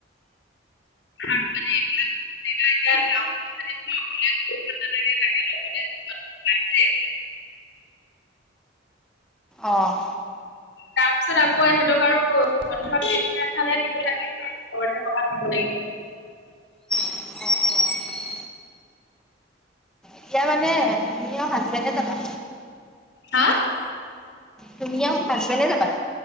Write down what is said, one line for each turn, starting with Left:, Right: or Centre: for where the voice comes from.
Left: আৰু মানে এইবিলাক <unintelligible> এতিয়া যাম মি অকলে জৰি নালাগে। <unintelligible>
Centre: অ'।
Left: তাৰপিছত আকৌ ইহঁতক আৰু বন্ধ এফালে দিব লাগিব আৰু, ওচৰতে ক'বাত নিব লাগিব।
Centre: <unintelligible> এতিয়া মানে তুমি আৰু হাজবেণ্ডে যাবা।
Left: হা!
Centre: তুমি আৰু হাজবেণ্ডে যাবা।